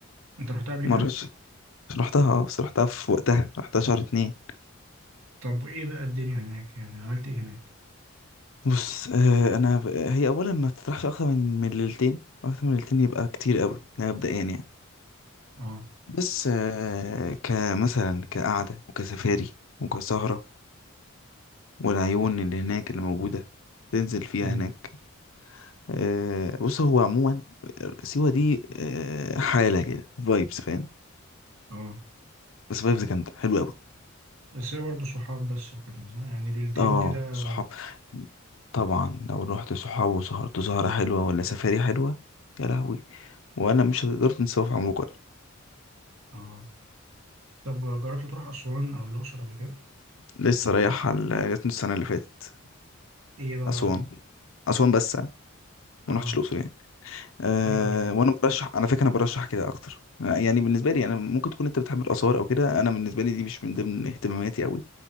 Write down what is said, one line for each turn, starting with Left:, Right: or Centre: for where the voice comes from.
Right: انت رحتها قبل
Left: مرش
Right: كده
Left: رحتها اه بس رحتها في وقتها رحتها شهر اتنين
Right: طب ايه بقى الدنيا هناك يعني عملت ايه هناك
Left: بص آه انا ب... آه، هي اولا ما تطرحش اكتر من من ليلتين اكتر من ليلتين يبقى كتير قوي ده مبدئيا يعني
Right: اه
Left: بس آه كمثلا كقعده وكسفاري وكسهره والعيون اللي هناك اللي موجوده تنزل فيها
Right: امم
Left: هناك آه بص هو عموما سيوه دي آه حاله كده فايبس فاهم
Right: اه
Left: بس فايبس جامده حلوه قوي
Right: بس هي برضه صحاب بس وكده صح؟ يعني ليلتين
Left: اه
Right: كده
Left: صحاب طبعا لو رحت صحاب وسهرت سهره حلوه ولا سفاري حلوه يا لهوي ولا مش هتقدر تنساه في عمرك
Right: اه طب جربت تروح اسوان او الاقصر قبل كده
Left: لسه رايح ال- جاتني السنة اللي فاتت
Right: ايه بقى
Left: أسوان
Right: رايك
Left: أسوان بس يعني ما
Right: اه
Left: رحتش الأقصر يعني أه
Right: حلو ولا ايه
Left: وأنا برشح على فكرة أنا برشح كده أكتر يعني بالنسبة لي أنا ممكن تكون أنت بتحب الآثار أو كده أنا بالنسبة لي دي مش من ضمن اهتماماتي أوي